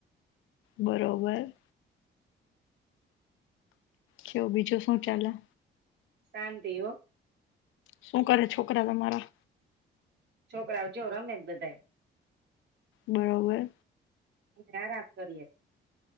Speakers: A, on the left; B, on the right.
A: બરોબર. કેવ બીજું શું ચાલે?
B: શાંતિ હો.
A: શું કરે છોકરા તમારા?
B: છોકરાઓ જો રમે છ બધાય.
A: બરોબર.
B: આરામ કરીએ.